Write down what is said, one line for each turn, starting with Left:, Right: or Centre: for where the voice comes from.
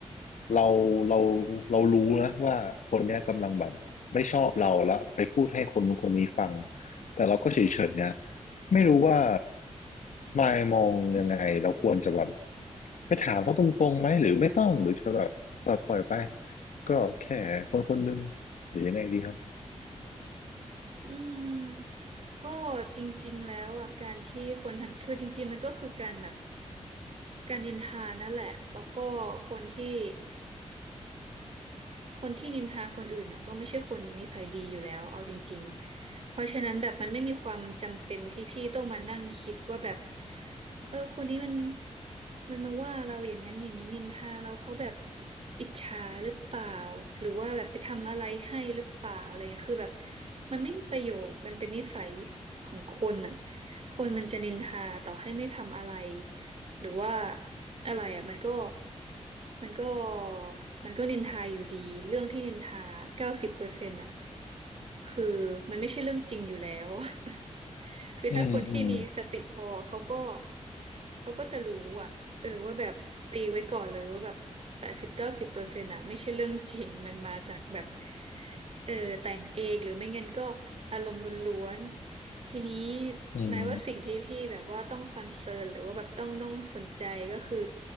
Left: เราเราเรารู้นะว่าคนเนี้ยกำลังแบบไม่ชอบเราแล้วไปพูดให้คนนู้นคนนี้ฟังแต่เราก็เฉยๆนะ ไม่รู้ว่ามายมองยังไงเราควรจะแบบไปถามเขาตรงๆไหมหรือไม่ต้องหรือจะแบบปล่อยปล่อยไปก็แค่คนคนหนึงหรือยังไงดีครับ
Right: อืมก็จริงๆแล้วอ่ะการที่คนทำคือจริงๆมันก็คือการแบบ การนินทานั่นแหละ แล้วก็คนที่คนที่นินทาคนอื่นเนี่ยก็ไม่ใช่คนนิสัยดีอยู่แล้วเอาจริงๆเพราะฉะนั้นแบบมันไม่มีความจำเป็นที่พี่ต้องมานั่งคิดว่าแบบเออคนนี้มันมันมาว่าเราอย่างนั้นอย่างนี้นินทาเราเพราะแบบอิจฉาหรือเปล่าหรือว่าแบบไปทำอะไรให้หรือเปล่าอะไรเงี้ยคือแบบมันไม่มีประโยชน์มันเป็นนิสัยของคนอ่ะคนมันจะนินทาต่อให้ไม่ทำอะไร หรือว่าอะไรอ่ะมันก็มันก็มันก็นินทาอยู่ดีเรื่องที่นินทาเก้าสิบเปอร์เซ็นต์อ่ะคือมันไม่ใช่เรื่องจริงอยู่แล้ว <laughs> คือถ้าคนที่มีสติพอเขาก็
Left: อืมอืม
Right: เขาก็จะรู้อ่ะเออว่าแบบตีไว้ก่อนเลยว่าแบบแปดสิบเก้าสิบเปอร์เซ็นต์อ่ะไม่ใช่เรื่องจริงมันมาจากแบบเออแต่งเองหรือไม่งั้นก็อารมณ์ล้วน ทีนี้
Left: อืม
Right: หมายว่าสิ่งที่พี่แบบว่าต้องคอนเซิร์นหรือว่าแบบต้องต้องสนใจก็คือ